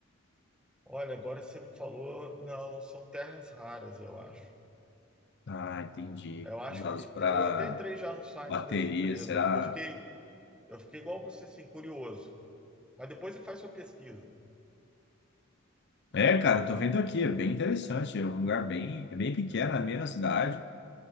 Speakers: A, in the centre; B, on the left.
A: Olha, agora você me falou, não, são terras raras, eu acho.
B: Ah, entendi.
A: Eu acho
B: Usados
A: que
B: para
A: eu até entrei já no site
B: bateria,
A: dessa empresa,
B: será?
A: porque eu fiquei, eu fiquei igual você, assim, curioso. Mas depois você faz sua pesquisa.
B: É, cara, eu tô vendo aqui, é bem interessante. É um lugar bem, é bem pequeno, é meio na cidade.